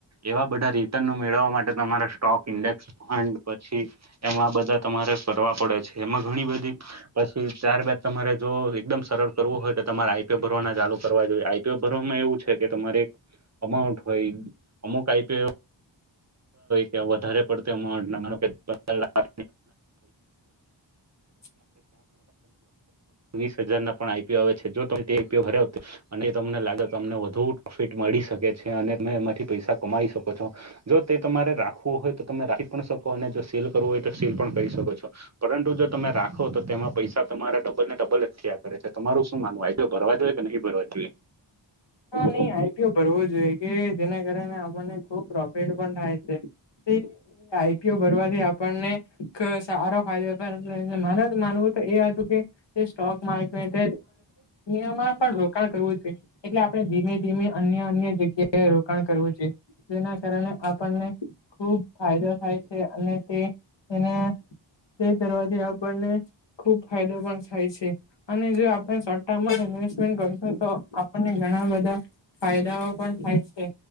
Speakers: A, on the right (about 35°); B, on the left (about 65°).
A: એવા બધા રિટર્ન મેળવવા માટે તમારા સ્ટોક ઇન્ડેક્સ ફંડ પછી એમાં બધા તમારે કરવા પડે છે એમાં ઘણી બધી પછી ત્યારબાદ તમારે જો એકદમ સરળ કરવું હોય તો તમારે આઈપીઓ ભરવાના ચાલુ કરવા જોઈએ આઈપીઓ ભરવામાં એવું છે કે તમારે અમાઉન્ટ હોય અમુક આપે કે વધારે પડતું અમાઉન્ટ લા
B: <unintelligible>
A: વીસ હજાર ના પણ આઈપીઓ આવે છે જો તમ તે આઈપીઓ ભર અને તમને લાગે કે અમને વધુ પ્રોફિટ મળી શકે છે અને ત એમાંથી પૈસા કમાઈ શકો છો જો તે તમારે રાખવું હોય તો તમે રાખી પણ શકો અને જો સીલ કરવું હોય તો સીલ પણ કરી શકો છો પરંતુ જો તમે રાખો તો તેમાં પૈસા તમારા ડબલ ને ડબલ જ થયા કરે છે તમારું શું માનવું હોય ભરવા જોઈએ કે નહીં ભરવા જોઈએ
B: હા નઈ આઈપીઓ ભરવું જોઈએ કે જેના કારણે આપણને ખુબ પ્રોફિટ પણ થાય છે તે આઈપીયુ ભરવાથી આપણને સારો ફાયદો મારે તો માનવું તો એ હતું કે સ્ટોક માર્કેટ અનમાં પણ રોકાણ કરવું જોઈએ એટલે આપણે ધીમે ધીમે અન્ય અન્ય જગ્યાએ રોકાણ કરવું જોઈએ જેના કારણે આપણને ખુબ ફાયદો થાય છે અને તે તેને તે કરવાથી આપણને ખુબ ફાયદો પણ થાય છે અને જો આપ શોટ ટમ તો આપણને ઘણા બધા ફાયદાઓ પણ થાય છે